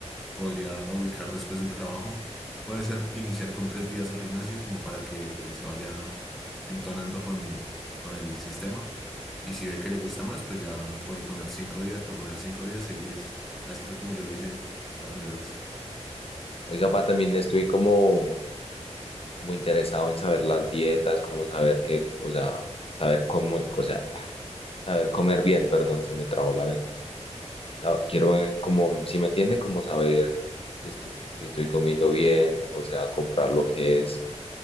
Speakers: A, in the centre; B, on the left (about 55°).
A: podría ubicar después del trabajo. Puede ser iniciar con tres días al gimnasio, como para que se vaya entonando con, con el sistema. Y si ve que le gusta más, pues ya puede poner cinco días, proponer cinco días, seis días. Así fue como yo lo hice la primera vez.
B: Oiga, pa, también estoy como, como interesado en saber las dietas, como saber qué, o sea, saber cómo, o sea, ah, saber comer bien, perdón, se me trabó la lengua. Sa- Quiero eh, como, si me entiende, como saber que, esto- que estoy comiendo bien, o sea, comprar lo que es.